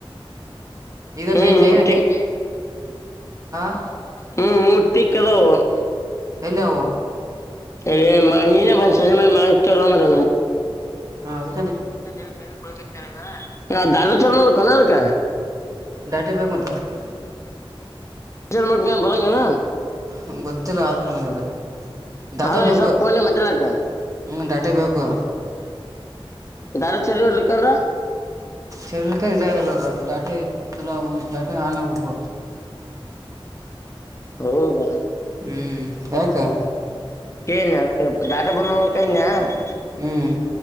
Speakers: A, on the right; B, on the left.
A: ಈಗಗ
B: ಹ್ಮ್ ಮೂರ್ತಿಕ್
A: <unintelligible>
B: ಹ್ಮ್ ಮೂರ ಟಿಕ್ಕಿ ಅದಾವ ಪಾ.
A: ಎಲ್ಲವು.
B: ಎಲ್ಲೇ ನೀನೆ ಸಂಜೆ ಮೇಲೆ ಮಾಡ್ತೀಯ ಅಲ್ಲ ನಮಗೆ.
A: ಅದ.
B: <unintelligible>
A: ದಾಟಿ ಬೇಕು ಮತ ಅದಕ್ಕೂ.
B: <unintelligible>
A: ಹ್ಮ್ಮ್ ಗೊತ್ತಿಲ್ಲ ಆದ್ರೆ ನನಗ ಅದು ಡಾಟಾ
B: ಅಲ್ಲ
A: ಬೇಕು.
B: ಈ ಸ್ವಲ್ಪ ಫೋನ್ ಮಾತಾಡಕ
A: ಹ್ಮ ಡಾಟ ಬೇಕು.
B: ಡಾಟಾ ಚೆಲ್ಲುವ ಇರಲಿಕಂದ್ರ.
A: <unintelligible>
B: ಹೌದ.
A: ಹ್ಮ್ ಯಾಕ.
B: ಏನ ಯಾಕ ಡಾಟಾ ಬಂದ ಮಾಡಬೇಕು ಅಂದಾನೆ.
A: ಹ್ಮ್.